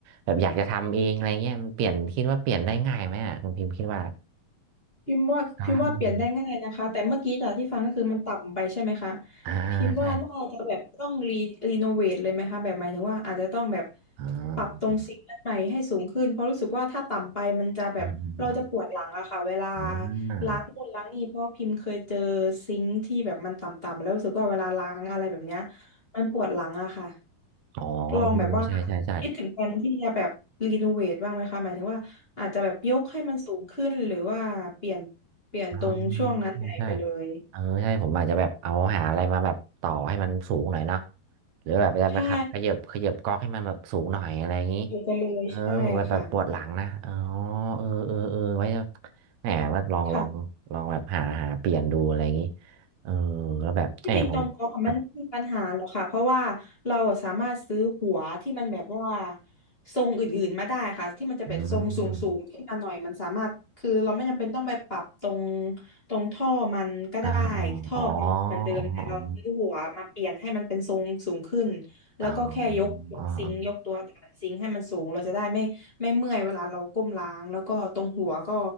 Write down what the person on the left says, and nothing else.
พิมพ์ว่าพิมพ์ว่าเปลี่ยนได้ง่ายนะคะแต่เมื่อกี้จากที่ฟังก็คือมันต่ำไปใช่ไหมคะ
พิมพ์ว่าน่าจะแบบต้องรีรีโนเวทเลยไหมคะแบบหมายถึงว่าอาจจะต้องแบบ
ปรับตรงซิงค์นั้นใหม่ให้สูงขึ้นเพราะรู้สึกว่าถ้าต่ำไปมันจะแบบเราจะปวดหลังอะค่ะเวลา
ล้างนู่นล้างนี่เพราะพิมพ์เคยเจอซิงค์ที่แบบมันต่ำๆแล้วรู้สึกว่าเวลาล้างอะไรแบบเนี้ยมันปวดหลังอะค่ะ
ลองแบบว่าคิดถึงแผนที่จะแบบรีโนเวทบ้างไหมคะหมายถึงว่า อาจจะแบบยกให้มันสูงขึ้นหรือว่าเปลี่ยนเปลี่ยนตรงช่วงนั้นไหนไปเลย
ใช่สูงไปเลยใช่ค่ะ
ค่ะ
ที่จริงตรงก๊อกอะมันไม่มีปัญหาหรอกค่ะเพราะว่าเราอะสามารถซื้อหัวที่มันแบบว่าทรงอื่นๆมาได้ค่ะที่มันจะแบบทรงสูงๆขึ้นมาหน่อยมันสามารถคือเราไม่จำเป็นต้องไปปรับตรง
ตรงท่อมันก็ได้
ท่อมันเหมือนเดิมแต่เราซื้อหัวมาเปลี่ยนให้มันเป็นทรงสูงขึ้น
แล้วก็แค่ยกยกซิงค์ยกตัวฐานซิงค์ให้มันสูงเราจะได้ไม่
ไม่เมื่อยเวลาเราก้มล้างแล้วก็ตรงหัวก็